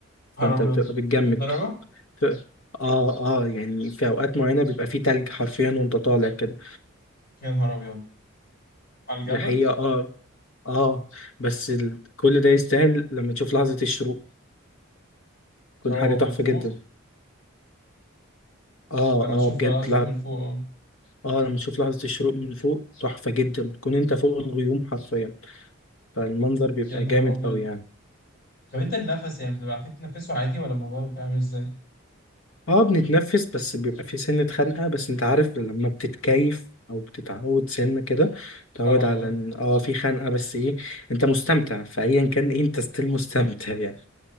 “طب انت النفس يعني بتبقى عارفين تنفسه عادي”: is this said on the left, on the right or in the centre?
Left